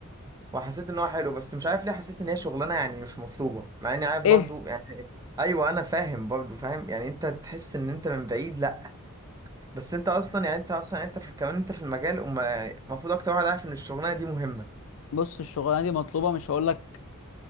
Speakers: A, on the right (about 15°); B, on the left (about 65°).
A: وحسيت ان هو حلو بس مش عارف ليه حسيت ان هي شغلانه يعني مش مطلوبه مع اني عارف
B: ايه
A: برضه يعني ايوه انا فاهم برضه فاهم يعني انت تحس ان انت من بعيد لا بس انت اصلا يعني انت اصلا يعني انت في كمان انت في المجال وما يعني المفروض اكتر واحد عارف ان الشغلانه دي مهمه
B: بص الشغلانه دي مطلوبه مش هقول لك